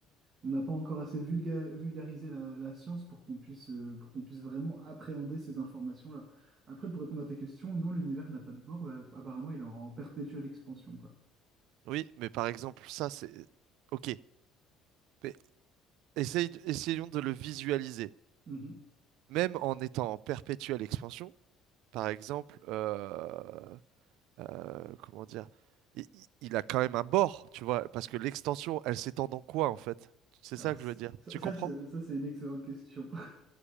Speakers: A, on the right (about 35°); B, on the right (about 75°).
A: On n'a pas encore assez vulga- vulgarisé la, la science pour qu'on puisse, euh, pour qu'on puisse vraiment appréhender ces informations-là. Après, pour répondre à ta question, non, l'univers n'a pas de bord. Bah, apparemment, il est en perpétuelle expansion, quoi.
B: Oui, mais par exemple, ça, c'est, ok. mais Essaye de- essayons de le visualiser.
A: Mhm.
B: Même en étant en perpétuelle expansion, par exemple, euh, euh, comment dire, i- i- il, a quand même un bord, tu vois, parce que l'extension, elle s'étend dans quoi, en fait? C'est
A: Alors,
B: ça
A: c-
B: que je veux dire.
A: ça,
B: Tu
A: ça,
B: comprends?
A: c'est ça, c'est une excellente question. <laughs>